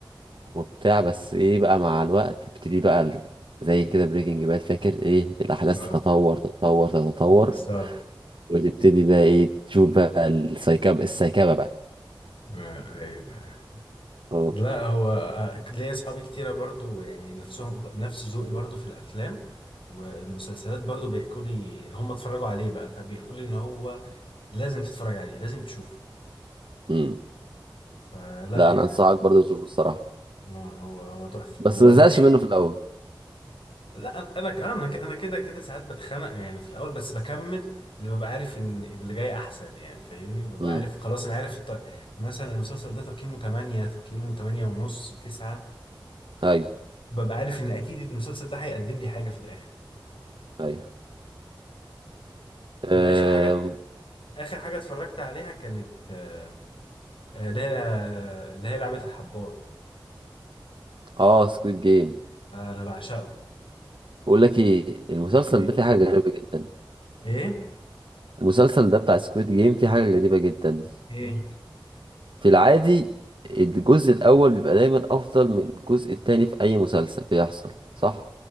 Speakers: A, on the right (about 65°); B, on the left (about 85°).
A: وبتاع بس ايه بقى مع الوقت تبتدي بقى ال- زي كده بريكنج باد فاكر ايه الاحداث
B: اه
A: تتطور تتطور تتطور
B: بالظبط
A: وتبتدي بقى ايه تشوف بقى السايكاب السايكابه بقى
B: آه، أيوة.
A: اه
B: لا هو آه، ليا اصحابي كتيره برضو يعني نفسهم نفس ذوقي برضو في الافلام والمسلسلات برضو بيحكوا لي هم اتفرجوا عليه بقى فبيحكوا لي ان هو لازم تتفرج عليه لازم تشوفه
A: امم
B: فلا
A: لا
B: يعني
A: انا انصحك برضو تشوفه الصراحه
B: آه، هو هو تحفه
A: بس
B: هو
A: ما
B: انا
A: زهقش منه في الاول
B: لا انا كمان انا ك- أنا كده كده ساعات بتخنق يعني في الاول بس بكمل اللي ببقى عارف ان اللي جاي احسن يعني فاهمني ببقى
A: امم
B: عارف خلاص انا عارف الط... مثلا المسلسل ده تقييمه 8 تقييمه 8 ونص 9
A: ايوه
B: ببقى عارف ان اكيد المسلسل ده هيقدم لي حاجه في الاخر
A: ايوه اه,
B: انا اخر حاجه اخر حاجه اتفرجت عليها كانت آه، آه، اللي هي اللي هي لعبه الحبار
A: آه سكويد جيم
B: انا بعشقه
A: بقول لك ايه المسلسل
B: ايه
A: ده فيه حاجه غريبه جدا
B: ايه
A: المسلسل ده بتاع سكويد جيم فيه حاجه غريبه جدا
B: ايه
A: في العادي الجزء الاول بيبقى دايما افضل من الجزء التاني في اي مسلسل بيحصل صح